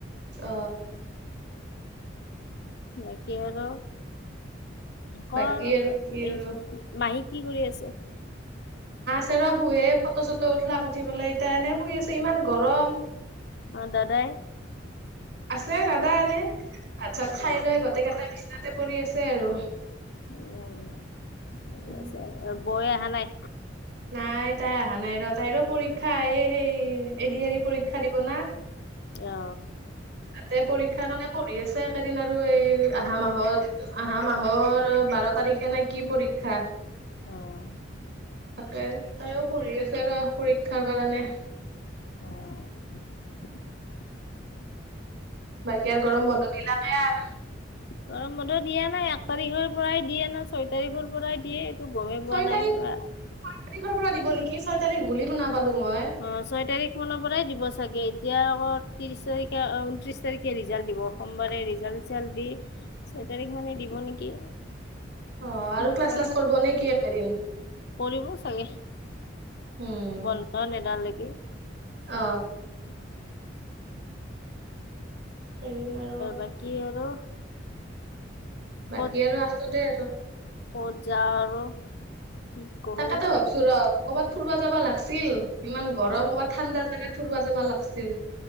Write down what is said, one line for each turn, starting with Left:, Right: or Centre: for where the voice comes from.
Right: অ
Left: বাকী আৰু
Right: বাকী
Left: ক আ
Right: আৰু কি আৰু
Left: এই মাহী কি কৰি আছে।
Right: তেৰা শুৱে ফটো চটো উঠলাক উঠি পেলাই এতিয়া এনে শুই আছে ইমান গৰম।
Left: অ' দাদাই।
Right: আছে, দাদা। এনে ভাত চাত খাই
Left: অ
Right: লৈ গোটেই কেইটা বিছনাতে পৰি আছে আৰু
Left: উম, ঠিক
Right: উম।
Left: আছে। বৈয়ে অহা নাই।
Right: নাই তাই অহা নাই ৰ তাইৰো পৰীক্ষা আহে সেই এদি এৰি পৰীক্ষা দিব না,
Left: অ
Right: তাতে পৰীক্ষা কাৰণে আছে একেদিন আৰু এই আহহা মাহত আহা মাহৰ বাৰ তাৰিখে নে কি পৰীক্ষা। কাৰ
Left: অ'
Right: তাকে তাইও পঢ়ি আছে ৰ পৰীক্ষাৰ কাৰণে।
Left: <unintelligible>
Right: বাকী আৰু গৰম বন্ধ দিলাকে আৰু
Left: গৰম বন্ধ দিয়া নাই এক তাৰিখৰ পৰাই দিয়ে নাই ছয় তাৰিখৰ পৰাই দিয়ে। গমেই পোৱা
Right: ছয়
Left: নাই
Right: তাৰিখ
Left: অ
Right: ছয় তাৰিখৰ পৰা দিব নেকি। ছয় তাৰিখ বুলি শুনা পালো মই
Left: অ' ছয় তাৰিখ মানৰ পৰাই দিব চাগে। এতিয়া আকৌ ত্ৰিশ তাৰিখে ঊনত্ৰিশ তাৰিখে ৰিজাল্ট দিব, সোমবাৰে ৰিজাল্ট চিজাল্ট দি। ছয় তাৰিখ মানে দিব নেকি?
Right: অ' আৰু
Left: কি
Right: ক্লাছ
Left: কৰে
Right: চলাছ কৰব নেকি এইকেইদিন।
Left: কৰিব চাগে।
Right: উম
Left: বন্ধ নেদাল নেকি।
Right: অ এদিন আৰু
Left: বাকী আৰু
Right: বাকী
Left: ক'ত
Right: আৰু আছো দে।
Left: ক'ত যাওঁ আৰু কি কৰো
Right: তাকেটো ভাবছো ৰ কবাত ফুৰিব যাবা লগছিল। ইমান গৰম
Left: ক'বা
Right: কবাত ঠাণ্ডা জেগাত ফুৰব যাবা লাগছিল।